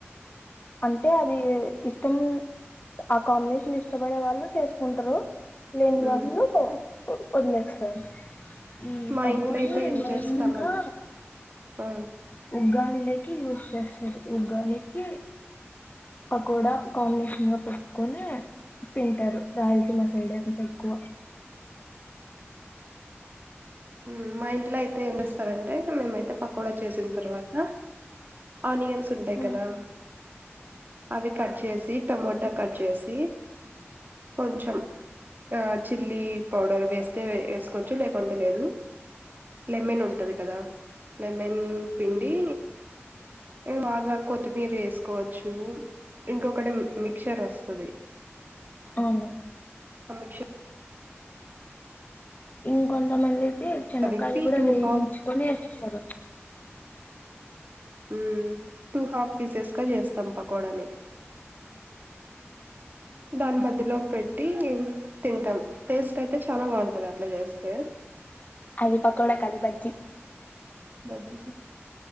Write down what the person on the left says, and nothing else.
అంటే అది ఇష్టం ఆ కాంబినేషన్ ఇష్టపడే వాళ్ళు చేసుకుంటరూ లేనివాళ్ళు
వదిలేస్తారు ఈ
పక్కోల్లు
మెయిన్
గా
ఉగ్గానీ లేకి యూస్ చేస్తారు. ఉగ్గానీకి పకోడా కాంబినేషన్గా పెట్టుకొని తింటారు. రాయలసీమ సైడ్ అంత ఎక్కువ
ఆ
అవును
ఇంకొంతమంది అయితే చెనక్కాయలు
కూడ
వేయించుకొని
వేస్తరు
అది పకోడ కాదు బజ్జీ